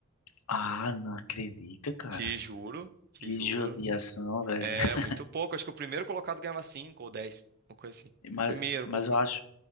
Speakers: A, on the left; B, on the right.
A: Ah, não acredito, cara.
B: Te juro, te
A: Que
B: juro.
A: judiação, velho.
B: É,
A: <laughs>
B: muito pouco. Acho que o primeiro colocado ganhava cinco ou dez, uma coisa assim.
A: Mas,
B: Primeiro
A: mas
B: colocado.
A: eu acho,